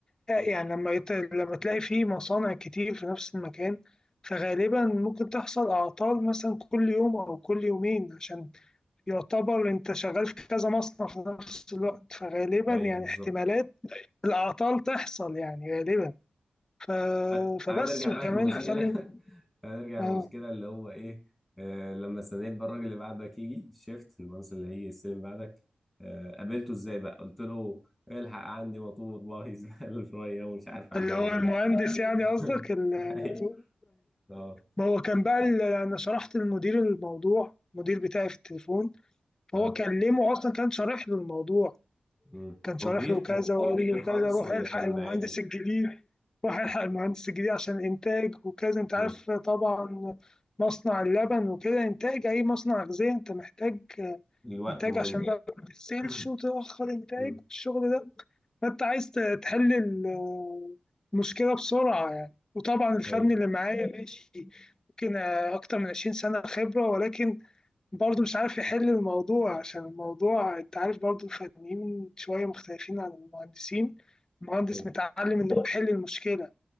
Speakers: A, on the left; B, in the centre.
A: يعني لما يت... لما تلاقي فيه مصانع كتير في نفس المكان فغالبا ممكن تحصل أعطال مثلا كل يوم أو كل يومين عشان يعتبر أنت شغال في كذا مصنع في نفس الوقت فغالبا
B: أيوه
A: يعني
B: بالظبط
A: احتمالات الأعطال تحصل يعني غالبا ف...
B: تعال
A: فبس
B: تعال نرجع
A: وكمان
B: بقى للمشكلة
A: بخلي
B: <laughs> تعال نرجع
A: اه
B: للمشكلة اللي هو إيه آه لما استنيت بقى الراجل اللي بعدك يجي الشيفت المهندس اللي هيجي يستلم بعدك آه قابلته إزاي بقى قلت له إيه الحق عندي مطلوب والله <laughs> زبالة شوية ومش عارف أعمله
A: اللي هو المهندس يعني قصدك
B: <laughs>
A: ال-
B: ايوه اه
A: ما هو كان بقى ال- أنا شرحت للمدير الموضوع المدير بتاعي في التليفون فهو
B: اه
A: كلمه أصلا كان شارح له الموضوع
B: مم.
A: كان شارح
B: هو كبير
A: له
B: كان
A: كذا
B: كان
A: وقال
B: كبير
A: له
B: خالص
A: كذا روح
B: ولا
A: الحق
B: كان
A: المهندس
B: عادي
A: الجديد روح الحق المهندس الجديد عشان انتاج وكذا انت عارف
B: مم.
A: طبعا مصنع اللبن وكده انتاج اي مصنع غذائي انت محتاج
B: الوقت
A: انتاج
B: مهم
A: عشان بقى ما تغسلش
B: <clears throat>
A: وتاخر انتاج
B: مم.
A: الشغل ده فانت عايز ت- تحل ال- المشكله بسرعه يعني وطبعا الفني
B: ايوه
A: اللي معايا ماشي ممكن اكتر من 20 سنه خبره ولكن برضه مش عارف يحل الموضوع عشان الموضوع انت عارف برضه الفنيين شوية مختلفين عن المهندسين المهندس
B: ايوه
A: متعلم انه يحل المشكلة